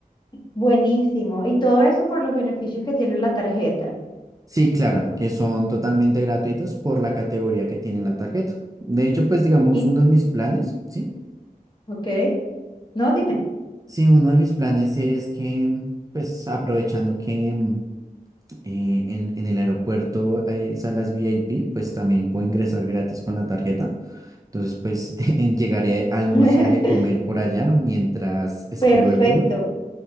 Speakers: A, on the left; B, on the right.
A: Buenísimo. Y todo eso por los beneficios que tiene la tarjeta.
B: Sí, claro, que son totalmente gratuitos por la categoría que tiene la tarjeta. De hecho, pues digamos,
A: Y,
B: uno de mis planes, ¿sí?
A: ok. No, dime.
B: Sí, uno de mis planes es que, pues aprovechando que... mm, eh, en, en el aeropuerto hay salas VIP, pues también puedo ingresar gratis con la tarjeta. Entonces, pues <laughs> en- llegaré a almorzar
A: <laughs>
B: y a comer por allá mientras espero
A: Perfecto.
B: el vuelo.